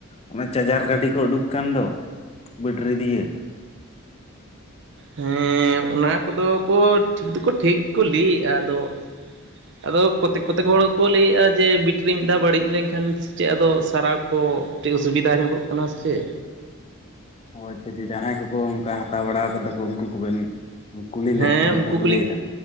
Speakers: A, on the left (about 30°); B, on the right (about 55°).
A: ᱚᱱᱟ ᱪᱟᱨᱡᱟᱨ ᱜᱟᱹᱰᱤ ᱠᱚ ᱩᱰᱩᱠ ᱟᱠᱟᱱ ᱫᱚ, ᱵᱮᱴᱨᱤ ᱫᱤᱭᱮ ᱾
B: ᱦᱮᱸ ᱚᱱᱟ ᱠᱚᱫᱚ ᱠᱚ ᱴᱷᱤᱠ ᱫᱚᱠᱚ ᱴᱷᱤᱠ ᱜᱮᱠ ᱞᱟᱹᱭᱮᱜᱼᱟ ᱟᱫᱚ ᱟᱫᱚ ᱠᱚᱛᱮᱠ ᱠᱚᱛᱮᱠ ᱦᱚᱲ ᱠᱚ ᱞᱟᱹᱭᱮᱜᱼᱟ ᱡᱮ ᱵᱤᱴᱨᱤ ᱢᱤᱫ ᱫᱷᱟᱣ ᱵᱟᱹᱲᱤᱡ ᱞᱮᱱᱠᱷᱟᱱ ᱥᱮᱪᱮᱜ ᱟᱫᱚ ᱥᱟᱨᱟᱣ ᱠᱚ ᱠᱟᱹᱴᱤᱡ ᱚᱥᱩᱵᱤᱫᱷᱟ ᱧᱚᱜᱚᱜ ᱠᱟᱱᱟ ᱥᱮ ᱪᱮᱫ?
A: ᱚ ᱟᱪᱪᱷᱟ ᱪᱷᱟ ᱡᱟᱦᱟᱸᱭ ᱠᱚᱠᱚ ᱚᱱᱠᱟ ᱦᱟᱛᱟᱣ ᱵᱟᱲᱟᱣ ᱟᱠᱟᱫᱟ ᱠᱚ ᱩᱱᱠᱩ ᱠᱚᱵᱮᱱ ᱠᱩᱞᱤ ᱞᱮᱫ
B: ᱦᱮᱸ
A: ᱠᱚᱣᱟ ᱚᱱᱠᱟ
B: ᱩᱱᱠᱩ
A: ᱠᱚ
B: ᱠᱚᱞᱤᱧ
A: ᱞᱟᱹᱭ ᱮᱫᱟ?